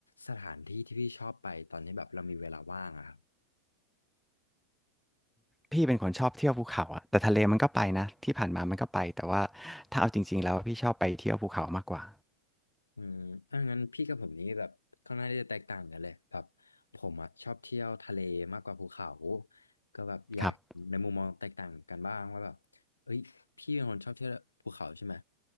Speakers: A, on the left; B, in the centre.
A: สถานที่ที่พี่ชอบไปตอนที่แบบเรามีเวลาว่างอะครับ
B: พี่เป็นคนชอบเที่ยวภูเขาอะแต่ทะเลมันก็ไปนะที่ผ่านมามันก็ไปแต่ว่าถ้าเอาจริงๆแล้วพี่ชอบไปเที่ยวภูเขามากกว่า
A: อืมถ้างั้นพี่กับผมนี้แบบค่อนข้างที่จะแตกต่างกันเลยแบบผมอ่ะชอบเที่ยวทะเลมากกว่าภูเขาก็แบบอยากในมุมมองแตกต่างกันบ้างว่าแบบเอ้ยพี่เป็นคนชอบเที่ยวภูเขาใช่ไหม
B: ครับ